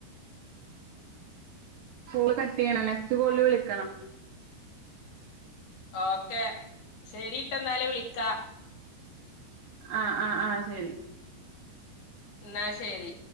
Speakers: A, on the right (about 70°); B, on the left (about 65°).
A: കോള് കട്ടെയ്യാണ് നെസ്റ്റ് കോളി വിളിക്കണം.
B: ഓക്കെ ശെരിട്ടന്നാല് വിളിക്കാ.
A: ആ ആ ആ ശെരി.
B: ന്നാ ശെരി.